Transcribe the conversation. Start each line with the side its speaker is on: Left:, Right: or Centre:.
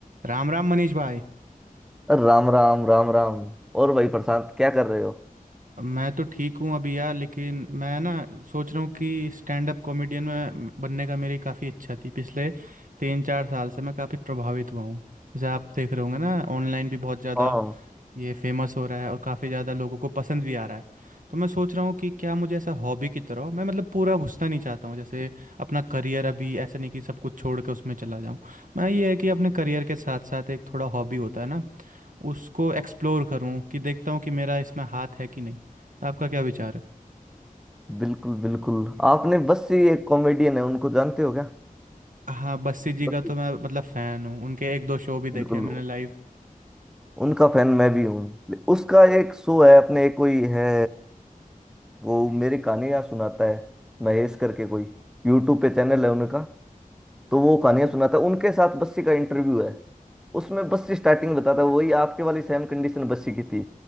Right: राम राम मनीष भाई
Centre: अरे राम राम राम राम और भाई प्रशांत क्या कर रहे हो
Right: मैं तो ठीक हूँ अभी यार लेकिन मैं ना सोच रहा हूँ कि स्टैंड अप कॉमेडियन में बनने का मेरी काफ़ी इच्छा थी पिछले तीन चार साल से मैं काफ़ी प्रभावित हुआ हूँ जैसे आप देख रहे होंगे ना ऑनलाइन भी बहुत ज़्यादा
Centre: हाँ
Right: ये फेमस हो रहा है और काफ़ी ज़्यादा लोगों को पसंद भी आ रहा है तो मैं सोच रहा हूँ कि क्या मुझे ऐसा हॉबी की तरह मैं मतलब पूरा घुसना नहीं चाहता हूँ जैसे अपना करियर अभी ऐसा नहीं कि सब कुछ छोड़ के उसमें चला जाऊँ मैं ये है कि अपने करियर के साथ साथ एक थोड़ा हॉबी होता है ना उसको एक्सप्लोर करूं कि देखता हूं कि मेरा इसमें हाथ है कि नहीं आपका क्या विचार है
Centre: बिल्कुल बिल्कुल आपने बस ये एक कॉमेडियन है उनको जानते हो क्या
Right: हाँ बस्सी जी
Centre: बस
Right: का तो मैं मतलब फ़ैन हूँ उनके एक दो शो भी देखे
Centre: बिल्कुल
Right: हैं मैंने लाइव
Centre: उनका फैन मैं भी हूँ उसका एक शो है अपने एक कोई है वो मेरी कहानियां सुनाता है महेश करके कोई यूट्यूब पे चैनल है उनका तो वो कहानियां सुनाता है उनके साथ बस्सी का इंटरव्यू है उसमें बस्सी स्टार्टिंग बताता है वही आपके वाली सेम कंडीशन बस्सी की थी